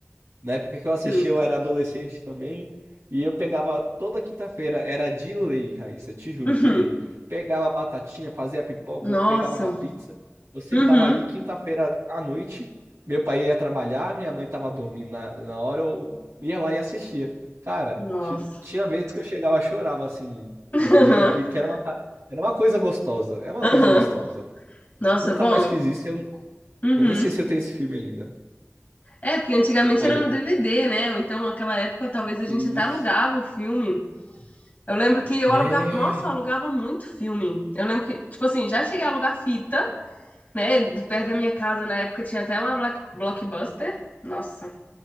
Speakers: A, on the right (about 85°); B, on the left (about 35°).
A: na época que eu assisti,
B: Justo.
A: eu era adolescente também. E eu pegava toda quinta-feira, era de lei, Raíssa, te juro,
B: Uhum.
A: de lei. Pegava a batatinha, fazia pipoca,
B: Nossa.
A: ou pegava uma pizza. Eu sentava
B: Uhum.
A: ali quinta-feira à noite. Meu pai ia trabalhar, minha mãe tava dormindo na, na hora, eu ia lá e assistia. Cara,
B: Nossa.
A: ti- tinha vezes que eu chegava, chorava assim,
B: <laughs>
A: de, que, que era uma, ca- era uma coisa gostosa, é uma
B: Uhum.
A: coisa gostosa.
B: Uhum. Nossa,
A: Nunca
B: bom.
A: mais fiz isso, eu,
B: Uhum.
A: eu nem sei se eu tenho esse filme ainda.
B: É, porque antigamente
A: Olha,
B: era no DVD, né? Ou então, naquela época, talvez a gente
A: isso.
B: até alugava o filme. Eu lembro que eu
A: É.
B: alugava. Nossa, eu alugava muito filme. Eu lembro que, tipo assim, já cheguei a alugar fita, né? De Perto da minha casa, na época, tinha até uma block- Blockbuster. Nossa,